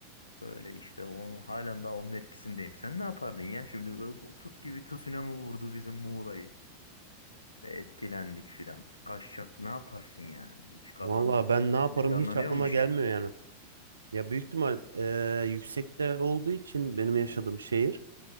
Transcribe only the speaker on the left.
böyle işte onu halen daha onun etkisindeyim. Sen ne yapardın ya şimdi böyle tut gibi tsunami vurdu bizim Muğla'yı. E, Etkilendik filan. Kaçacak ne yaparsın yani? Hiç kafanda
senin
de canlanıyor
mu bir
şeyler?